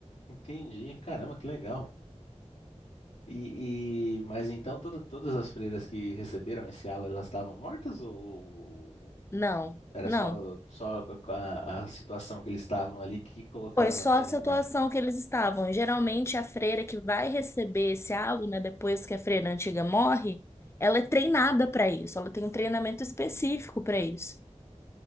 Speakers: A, on the left (about 80°); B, on the left (about 20°).
A: Entendi, caramba, que legal. E, e- mas então toda- todas as freiras que receberam esse halo, elas estavam mortas ou
B: Não,
A: era
B: não.
A: só, só a, a situação que eles estavam ali que colocaram
B: Foi só
A: na menina
B: a situação
A: morta?
B: que eles estavam. Geralmente, a freira que vai receber esse aluno, né, depois que a freira antiga morre, ela é treinada para isso, ela tem um treinamento específico para isso.